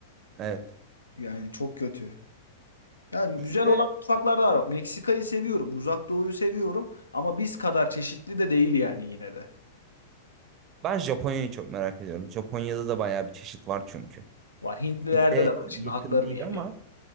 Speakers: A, on the right (about 35°); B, on the left (about 85°).
A: Evet.
B: Yani çok kötü. Yani
A: Bizde
B: güzel olan mutfaklar da var. Meksika'yı seviyorum. Uzak Doğu'yu seviyorum. Ama biz kadar çeşitli de değil yani yine de.
A: ben Japonya'yı çok merak ediyorum. Japonya'da da bayağı bir çeşit var çünkü.
B: Var. Hintlilerde
A: Bizde
B: de var.
A: yakın
B: Şimdi haklarını
A: değil
B: yemeyelim.
A: ama